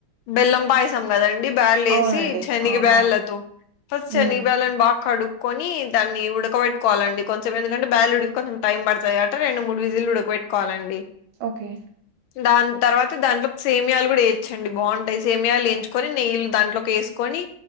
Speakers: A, on the left; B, on the right.
A: బెల్లం పాయసం కదండి బాల్ వేసి
B: అవునండి.
A: శనిగి
B: ఆ!
A: బాళ్ళతో
B: ఆ!
A: ఫస్ట్
B: హ్మ్.
A: సెనిగి బాల్ ని బాగా కడు కొని దాన్ని ఉడకబట్కోవాలండి కొంచెం ఏందుకంటే బ్యల్ ఉడికి కొంచెం టైం పడుతాది కాబట్టి రెండు మూడు విజి ఉడకబెట్టుకోవాలండి
B: ఓకే
A: దాని తర్వాత దాంట్లో సేమయాలు కూడా వేచండి బాగుంటాయి సేమయాలు వేంచుకొని నెయ్యలుు దాంట్లో వేసుకొని